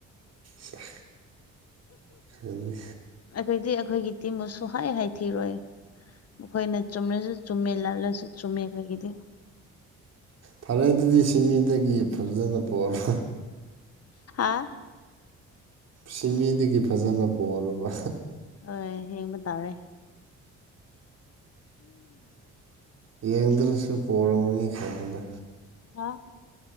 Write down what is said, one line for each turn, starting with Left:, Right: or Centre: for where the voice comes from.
Right: ꯁꯤꯌꯥ ꯈꯟꯅꯤ
Left: ꯑꯩꯈꯣꯏꯗꯤ ꯑꯩꯈꯣꯏꯒꯤ ꯇꯤꯝꯕꯨ ꯁꯨꯍꯥꯏ ꯍꯥꯏ ꯊꯤꯔꯣꯏ ꯃꯈꯣꯏꯅ ꯆꯨꯝꯔꯁꯨ ꯆꯨꯝꯃꯦ ꯂꯥꯜꯂꯁꯨ ꯆꯨꯝꯃꯦ ꯑꯩꯈꯣꯏꯒꯤꯗꯤ
Right: ꯐꯔꯦ ꯑꯗꯨꯗꯤ ꯁꯤꯃꯤꯗꯒꯤ ꯐꯖꯅ ꯄꯣꯔꯣ
Left: ꯑꯥ
Right: ꯁꯤꯃꯤꯗꯒꯤ ꯐꯖꯅ ꯄꯣꯔꯣꯕ
Left: ꯑꯣꯏ ꯌꯦꯡꯕ ꯇꯥꯔꯦ
Right: ꯌꯦꯡꯗ꯭ꯔꯁꯨ ꯄꯣꯔꯕꯅꯤ ꯈꯪꯉꯤꯗ
Left: ꯍꯥ